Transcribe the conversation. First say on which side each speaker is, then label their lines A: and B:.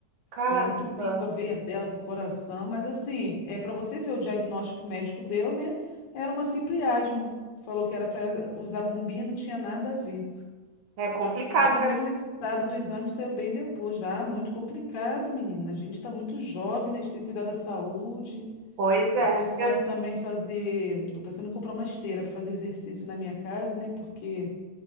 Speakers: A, on the right (about 50°); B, on the left (about 75°).
A: Caramba.
B: É, entupiu a veia dela pro coração, mas assim, é para você ver o diagnóstico que o médico deu, né? Era uma simples asma. Falou que era para usar bombinha, não tinha nada a ver.
A: É complicado,
B: Mas também
A: né?
B: o resultado do exame saiu bem depois. Ah, muito complicado, menina. A gente está muito jovem, né? A gente tem que cuidar da saúde.
A: Pois é.
B: Tô pensando
A: Eu,
B: também em fazer, tô pensando em comprar uma esteira para fazer exercício na minha casa, né? Porque